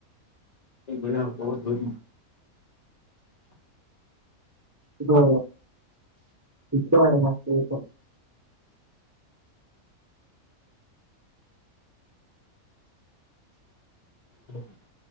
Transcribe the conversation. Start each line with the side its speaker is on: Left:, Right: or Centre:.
Left: ಮ ಭಯ ಬಹದ ಬರ
Right: ಹ ಇತ <unintelligible>
Left: ಹ <inaudible>